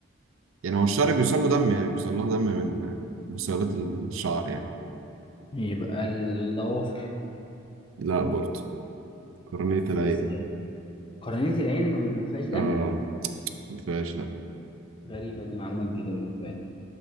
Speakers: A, on the right (about 85°); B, on the left (about 25°).
A: يعني هو الشعر بيوصل له دم يعني بيوصل لها دم من بصيلات الشعر يعني
B: يبقى الضوافر
A: لا برضه قرنية العين
B: ازاي قرنية العين ما ما فيهاش دم
A: اه ما فيهاش لا
B: غريبة دي معلومات جديدة بالنسبة لي